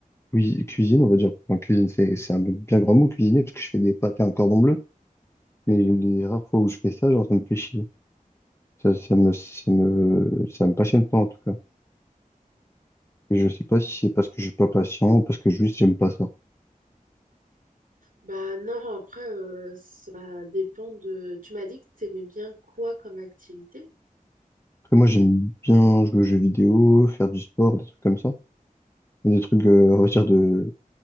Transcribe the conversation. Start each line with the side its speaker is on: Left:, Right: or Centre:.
Left: cui- cuisine, on va dire, enfin, cuisine c'est c'est un bien grand mot cuisiner parce que je fais des pâtes à un cordon bleu, mais
Right: mm.
Left: les rares fois où je fais ça, genre ça me fait chier. Ça, ça me, ça me, ça me passionne pas en tout cas. Je sais pas si c'est parce que je suis pas patient ou parce que juste j'aime pas ça.
Right: Bah non, après, euh, ça dépend de... Tu m'as dit que t'aimais bien quoi comme activité?
Left: Après, moi, j'aime bien jouer aux jeux vidéo, faire du sport, des trucs comme ça. Des trucs, euh, on va dire, de,